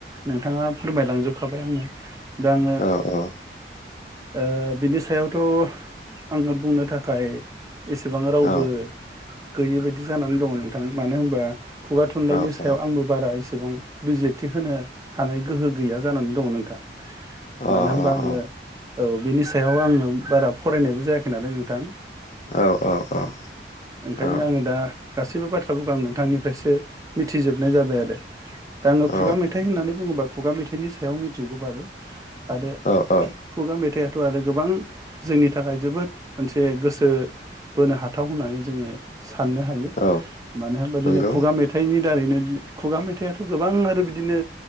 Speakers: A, on the right; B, on the left.
A: नोंथाङा फोरमायलांजोबखाबाय आंनो दा आङो
B: औ औ
A: ओ बिनि सायावथ' आङो बुंनो थाखाय एसे बो
B: औ
A: गैयै बायदि जानानै दङ नोंथां मानो होनबा खुगा थुनलाइनि
B: औ
A: सायाव
B: औ
A: आंबो बारा एसे एसेबां बिजेथि होनो हानाय गोहो गैया जानानै दङ नोंथां। मानो
B: अ
A: होनबा
B: अ
A: आङो
B: अ।
A: औ बिनि सायाव आङो बारा फरायनायबो जायाखै नालाय नोंथां।
B: औ औ औ।
A: ओंखायनो
B: औ
A: आङो दा गासैबो बाथ्रा फोरखौ आं नोंथांनिफ्रायसो मिथिजोबनाय जाबाय आरो। दा आङो
B: औ
A: खुगा मेथाइ होननानै बुङोबा खुगा मेथाइनि सायाव मिथिगौ बारु आरो
B: औ औ
A: खुगा मेथाइआ आरो गोबां जोंनि थाखाय जोबोद मोनसे गोसो बोनो हा थाव होननानै जोङो साननो हायो
B: औ
A: मानो होनबा
B: नंगौ
A: दिनै खुगा मेथाइनि दारैनो खुगा मेथाइआथ' गोबां आरो बिदिनो